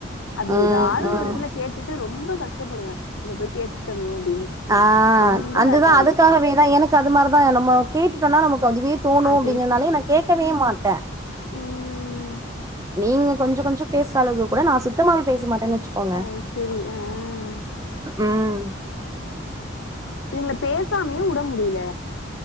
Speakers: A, on the left; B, on the right.
A: அப்டி
B: ம்
A: எதாவுது
B: ம்
A: ஒரு இதுல கேட்டுட்டு ரொம்ப கஷ்டப்படுவே இத போய் கேட்டோமே அப்டின்னு
B: ஆ
A: ரொம்ப
B: அது
A: ஹேட்டா
B: தா
A: இருக்கு
B: அதுக்காகவே தா எனக்கு அது மாரி தா நம்ம கேட்டுட்டோனா நமக்கு அதுவே தோணு
A: அது
B: அப்டிங்கிறனாலே நா கேட்கவே மாட்டே
A: ம் ம் ம்
B: நீங்க கொஞ்சோ கொஞ்சோ பேசுற அளவு கூட நா சுத்தமாவே பேச மாட்டேன்னு வச்சுக்கோங்க
A: ஆ செரி ஆ
B: ம்
A: இதுங்கள பேசாமையு விட முடில